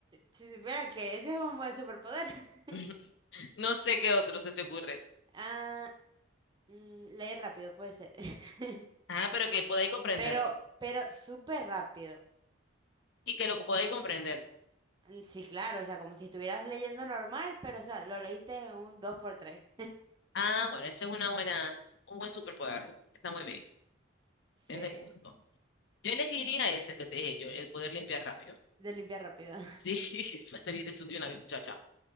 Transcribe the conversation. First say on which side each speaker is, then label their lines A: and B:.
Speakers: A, on the right; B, on the left.
A: si supiera que ese es un buen superpoder. <laughs>
B: <laughs> No sé qué otro se te ocurre.
A: Ah, mm, leer rápido puede ser. <laughs>
B: Ah, pero que podáis comprenderlo.
A: Pero, pero súper rápido.
B: Y que lo podáis comprender.
A: Mm, Sí, claro, o sea, como si estuvieras leyendo normal, pero, o sea, lo leíste en un dos por tres
B: Ah, bueno, ese es una buena, un buen superpoder. Está muy bien.
A: <laughs>
B: Tienes punto.
A: Sí,
B: Yo elegiría ese que te dije yo, el poder limpiar rápido.
A: de limpiar rápido. <laughs>
B: Sí, <laughs> va a salir eso de una vez, muchacha.